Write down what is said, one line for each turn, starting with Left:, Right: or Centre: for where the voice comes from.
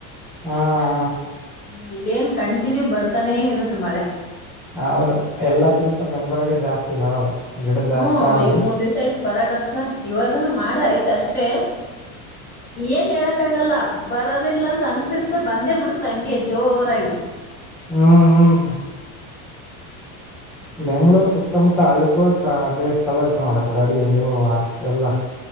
Centre: ಹಾ ಹಾ
Left: ಹ್ಮ್ ಇಲ್ಲೇನ್ ಕಂಟಿನ್ಯೂ ಬರ್ತಾನೆ ಇರುತ್ತೆ ಮಳೆ.
Centre: ಹೌದು ಎಲ್ಲಕ್ಕಿಂತ ಬೆಂಗಳೂರುಗ ಜಾಸ್ತಿ ಬರೋದು ಗಿಡ ಜಾಸ್ತಿ
Left: ಹ್ಮ್
Centre: ಅವಲ್ಲಿ
Left: ಈಗ ಮೂರ್ ದಿವ್ಸ್ ಆಯ್ತು ಬರಕ್ ಆತದ ಇವಾಗನ ಮಾಡ ಆಯ್ತ ಅಷ್ಟ್ ಅಷ್ಟ ಏನ್ ಹೇಳಕ್ಕಗಲ್ಲ ಬರದಿಲ್ಲ ಅಂತ ಅನ್ಸಿರ್ತ ಬಂದೇ ಬಿಡ್ ಹಂಗೆ ಜೋರಾಗಿ
Centre: ಹ್ಮ್ ಹ್ಮ್ ಬೆಂಗಳೂರ್ ಸುತ್ತಮುತ್ತ ಹಳ್ಳಿಗಳು ಚ ಬೇ ಚಲ ಇರ್ತವ ನೋಡ ಕಡ ಅಡಿ ಇವು ಎಲ್ಲ